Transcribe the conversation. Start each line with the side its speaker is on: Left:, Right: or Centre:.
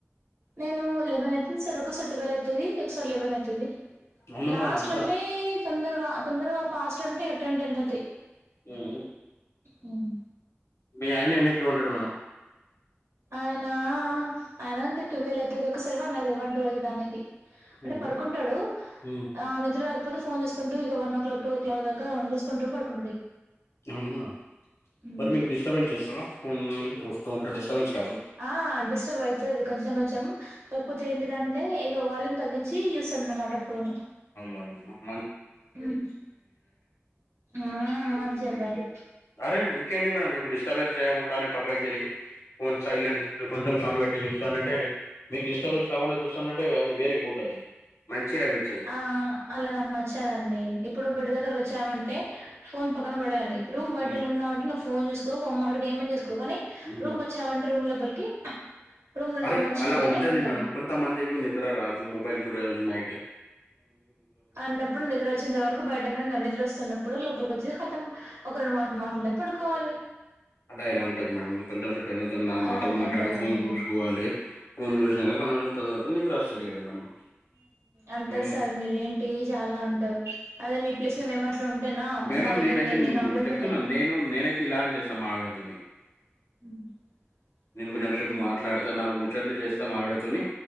Right: నేను లెమన్ అయితుంది సార్ ఒక్కొసారి ట్వెల్వ్ అయితది ఒకసారి లెవెన్ అయితది
Left: అవునా
Right: లాస్ట్
Left: మేడం అంతా
Right: అంటే తొందరగా తొందరగా ఫాస్ట్ అంటే ఇక టెన్ టెన్ తీర్థీ
Left: ఉమ్.
Right: హ్మ్
Left: మీ ఆయన ఎన్నిటికి ఉంటాడు మేడం
Right: ఆయనా ఆయన అంతే ట్వెల్వ్ అయితది ఒకసారి వన్ అయితది వన్ టూ అయితది ఆయనికి అంటే
Left: ఉమ్,
Right: పడుకుంటాడు
Left: ఉమ్,
Right: ఆ నిద్ర రాకపోతే ఫోన్ చూసు ఇక one o'clock two o'clock దాకా చూసుకుంటు పడుకుంట
Left: అవునా
Right: మ్
Left: మరి మీకు డిస్టర్బెన్స్ చేస్తాడా ఫోన్ చూస్తా ఉంటే డిస్టర్బన్ కా
Right: ఆ డిస్టర్బ్ అయితది కొంచెం కొంచెం కాకపోతే ఏంటి అంటే ఇక వాల్యూమ్ తగ్గించి చూస్తాడు అన్నమాట ఫోన్
Left: వాల్యూమ్ ఆ
Right: హ్మ్ ఆ మంచి అబ్బాయి
Left: అరే ఇంకేంటి మేడం మీకు డిస్టర్బెన్స్ చేయకుండానే పక్కకి జరిగి ఫోన్ సైలెంట్ కొంచె సౌండ్ పెట్టి చూస్తాడంటె మీకు డిస్టర్బెన్స్ కాకుండా చూస్తాడంటె అది వెరీ గుడ్ అది మంచి హ్యాబిట్స్ అది
Right: ఆ అలా నాకు నచ్చదండి ఇప్పుడు గుడి దగ్గరకి వచ్చామంటే ఫోన్ పక్కన పడేయాలి రూమ్ బర్డలు
Left: ఉమ్,
Right: ఉన్నావుంటే నువ్వు ఫోన్ చూకో ఫోమ్ మాటడుకో ఏమన్నా చేసుకో ఎక్కుగాని రూమ్కి
Left: ఉమ్.
Right: వచ్చామంటే రూమ్ లోపలికి రూమ్‌లున్న
Left: అరే
Right: మనిషితోనే
Left: అలా ఉంటది
Right: ఉండాలి.
Left: మేడం కొంతమందికి నిద్ర రాదు మొబైల్ చూడాల నైటు
Right: అంటప్పుడు నిద్ర వచ్చేంత వరకు బయటనే ఉండాలి నిద్ర వస్తున్నప్పుడు లోపలికి వచ్చిది కతం ఒక రెండు మాట బే పడుకోవాలి
Left: ఆడ ఇలా ఉంటది మేడం కొంచెంసేపు పెళ్ళంతోటి నాలుగు
Right: అలానే
Left: మాటలు మాట్లాడి
Right: ఉంటదండి.
Left: ఫోన్ చూసుకోవాలి ఫోన్ చూసినాక కొంచెంస తర్వాత నిద్రొస్తది కదా మేడం
Right: అంటారు
Left: ఉమ్.
Right: సార్ మీర ఏంటి చాలా అంటారు అదే మీ ప్లేస్ లో మేము అట్ల ఉంటేనా
Left: మేడం
Right: మా మీద
Left: నేనైతే
Right: ఎన్ని ఎన్ని కంప్లైంట్లు
Left: చెప్తున్నాను
Right: ఉంటయ్
Left: నేను నేనైతే ఇలానే చేస్తా మా ఆవిడతోని
Right: మ్
Left: నేను కొంచెం సేపు మాట్లాడతా నాలుగు ముచ్చట్లు చేస్తా మా ఆవిడ తోని